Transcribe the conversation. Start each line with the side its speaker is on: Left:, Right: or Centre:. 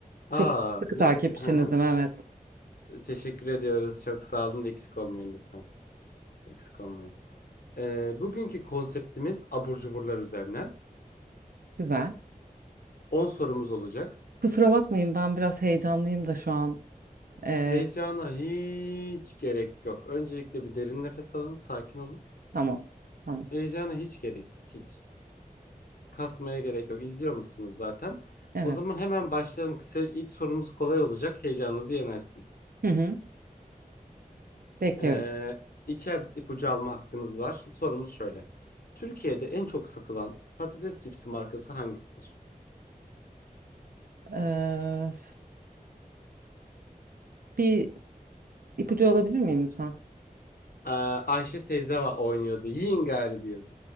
Left: Aa
Right: Çok sıkı
Left: ne
Right: takipçinizim,
Left: hı hı.
Right: evet.
Left: Teşekkür ediyoruz. Çok sağ olun. Eksik olmayın lütfen. Eksik olmayın. Ee, bugünkü konseptimiz abur cuburlar üzerine.
Right: Güzel.
Left: 10 sorumuz olacak.
Right: Kusura bakmayın, ben biraz heyecanlıyım da şu an. E,
Left: Heyecana hiç gerek yok. Öncelikle bir derin nefes alın. Sakin olun.
Right: tamam, tamam.
Left: Heyecana hiç gerek yok. Hiç. Kasmaya gerek yok. İzliyor musunuz zaten?
Right: Evet.
Left: O zaman hemen başlayalım. Kısa- İlk sorumuz kolay olacak. Heyecanınızı yenersiniz.
Right: Hı hı, bekliyorum.
Left: Ee, iki adet ipucu alma hakkınız var. Sorumuz şöyle. Türkiye'de en çok satılan patates cipsi markası hangisidir?
Right: Ee, bir ipucu alabilir miyim lütfen?
Left: Ee, Ayşe teyze va- oynuyordu. Yiyin gari diyordu.